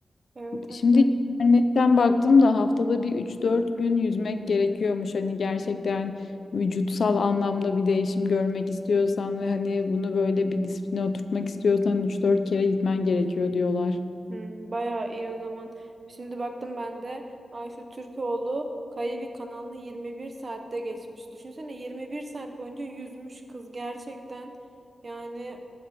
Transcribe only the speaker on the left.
Şimdi internetten baktım da haftada bir üç dört gün yüzmek gerekiyormuş. Hani gerçekten vücutsal anlamda bir değişim görmek istiyorsan ve hani bunu böyle bir disipline oturtmak istiyorsan üç dört kere gitmen gerekiyor diyorlar.